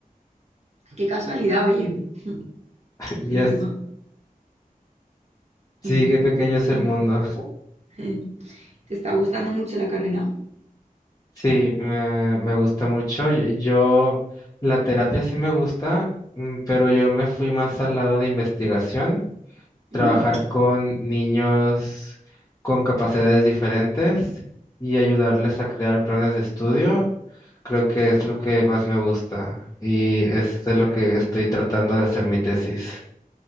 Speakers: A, on the right (about 45°); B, on the left (about 20°).
A: Qué casualidad, oye. <laughs>
B: Yes.
A: Encima.
B: Sí,
A: Mm.
B: qué pequeño es
A: Y,
B: el mundo.
A: eh, <laughs> ¿Te está gustando mucho la carrera?
B: Sí, me, me gusta mucho. Yo, yo- la terapia sí me gusta, mm, pero yo me fui más al lado de investigación, trabajar
A: Mm,
B: con niños con capacidades diferentes y ayudarles a crear planes de estudio. Creo que es lo que más me gusta y es de lo que estoy tratando de hacer mi tesis.